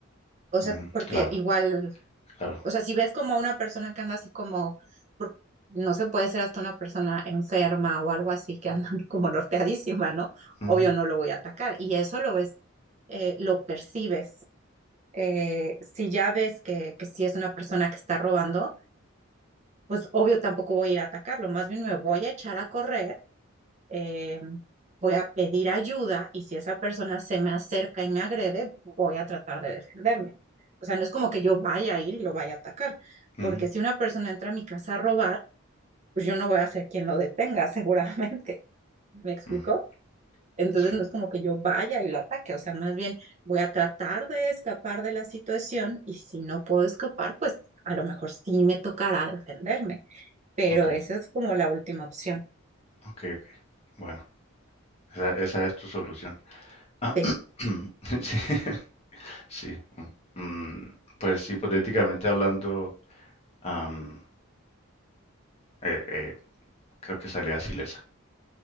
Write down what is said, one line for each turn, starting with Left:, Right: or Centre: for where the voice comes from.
Right: O sea,
Left: Ujú,
Right: porque
Left: Claro,
Right: igual
Left: claro.
Right: O sea, si ves como a una persona que anda así como, por- no se puede ser hasta una persona enferma o algo así que anda <laughs> como norteadísima, ¿no?
Left: Ujú,
Right: Obvio no lo voy a atacar. Y eso lo ves, eh, lo percibes. Eh, si ya ves que, que si es una persona que está robando, pues obvio tampoco voy a ir a atacarlo. Más bien me voy a echar a correr eh, voy a pedir ayuda y si esa persona se me acerca y me agrede, voy a tratar de defenderme. O sea, no es como que yo vaya a ir y lo vaya a atacar,
Left: ujú,
Right: porque si una persona entra a mi casa a robar, pues yo no voy a ser quien lo detenga, <laughs> seguramente. ¿Me explicó?
Left: ujú.
Right: Entonces
Left: Sí,
Right: no es como que yo vaya y lo ataque, o sea, más bien voy a tratar de escapar de la situación y si no puedo escapar, pues a lo mejor sí me tocará defenderme, pero
Left: ok,
Right: esa es como la última opción.
Left: ok, ok. Bueno, esa, esa es tu solución. <coughs> Ah,
Right: Sí.
Left: <clears throat> sí, <laughs> sí. mm, mm, Pues hipotéticamente hablando, am, eh, eh, creo que salía ilesa.